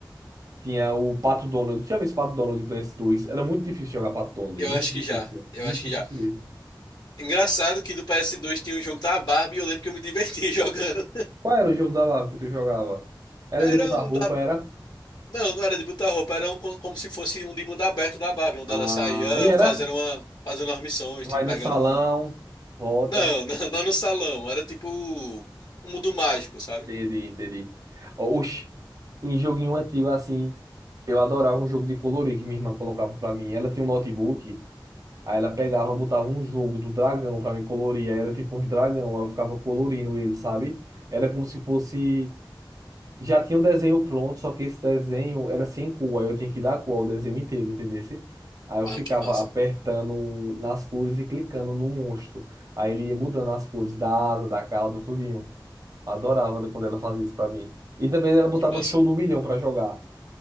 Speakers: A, on the right; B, on the left.
A: Tinha o Pato Donald. Tinha visto Pato Donald do ps dois Era muito difícil jogar Pato Donald,
B: eu
A: muito
B: acho que
A: difícil,
B: já. Eu
A: muito
B: acho
A: difícil
B: que já.
A: mesmo.
B: Engraçado que do PS2 tinha um jogo da Barbie e eu lembro que eu me diverti <laughs> jogando.
A: Qual era o jogo da Lava que tu jogava? Era
B: Era
A: de botar
B: um
A: roupa,
B: da.
A: era?
B: Não, não era de botar roupa, era um co- como se fosse um de mundo aberto da Barbie, onde
A: Ah,
B: ela saía
A: e era?
B: fazendo uma, fazendo umas missões,
A: Vai
B: tipo,
A: no
B: pegando
A: salão,
B: um,
A: volta.
B: Não, <laughs> não, não no salão. Era tipo um mundo mágico, sabe?
A: Entendi, entendi. Oxi, em joguinho antigo assim, eu adorava um jogo de colorir que minha irmã colocava pra mim. Ela tinha um notebook, aí ela pegava, botava um jogo do dragão pra me colorir. Aí era tipo uns dragão, aí eu ficava colorindo ele, sabe? Era como se fosse. Já tinha o desenho pronto, só que esse desenho era sem cor, aí eu tinha que dar cor ao desenho inteiro, entendesse? Aí eu
B: Ah,
A: ficava
B: que massa.
A: apertando nas cores e clicando no monstro. Aí ele ia mudando as cores da asa, da cauda, tudo. Adorava quando ela fazia isso pra mim. E também ela botava
B: Que massa.
A: Show do Milhão pra jogar.